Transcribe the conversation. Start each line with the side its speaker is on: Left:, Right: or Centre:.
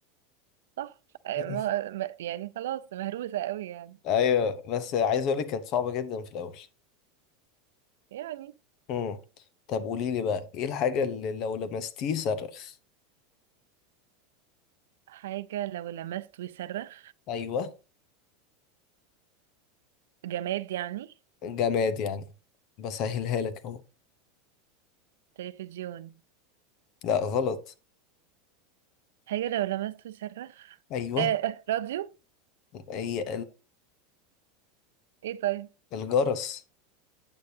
Right: صح آه،
Left: <laughs>
Right: ما ما- يعني خلاص مهروسة قوي يعني
Left: ايوه بس عايز اقول لك كانت صعبه جدا في الاول
Right: يعني
Left: امم طب قولي لي بقى ايه الحاجه اللي لو لمستيه صرخ
Right: حاجة لو لمست ويصرخ
Left: ايوه
Right: جماد يعني
Left: جماد يعني بسهلها لك اهو
Right: تلفزيون
Left: لا غلط
Right: حاجة لو لمست ويصرخ
Left: ايوه
Right: آه آه، راديو
Left: هي
Right: ايه طيب
Left: الجرس